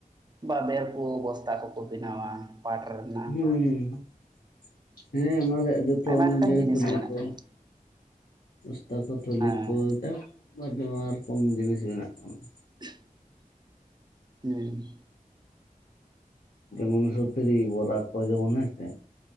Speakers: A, on the right; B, on the left.
A: ᱵᱟᱵᱮᱨ ᱠᱚ ᱵᱚᱥᱛᱟ ᱠᱚᱠᱚ ᱵᱮᱱᱟᱣᱟ ᱯᱟᱴᱷ ᱨᱮᱱᱟᱜ᱾
B: ᱦᱩᱸ ᱦᱮᱸ ᱦᱮᱸ, ᱚᱱᱟ ᱨᱮᱭᱟᱜ ᱡᱚᱛᱚ
A: ᱟᱭᱢᱟ
B: ᱚᱱᱩᱡᱟᱭᱤ
A: ᱞᱮᱠᱟᱱ ᱡᱤᱱᱤᱥ
B: ᱛᱩᱞᱤ
A: ᱵᱮᱱᱟᱜ
B: ᱠᱚ
A: ᱠᱟᱱᱟ
B: ᱵᱚᱥᱛᱟ ᱠᱚ ᱛᱷᱩᱞᱤ
A: ᱦᱮᱸ
B: ᱠᱚ ᱱᱟᱱᱟ ᱨᱚᱠᱚᱢ ᱡᱤᱱᱤᱥ ᱵᱮᱱᱟᱜ ᱠᱟᱱᱟ᱾
A: <inaudible> ᱦᱩᱸ᱾
B: ᱡᱮᱢᱚᱱ ᱥᱚᱛᱩᱨᱤ ᱵᱚᱨᱟ ᱠᱚ ᱡᱮᱢᱚᱱ ᱦᱮ ᱥᱮ᱾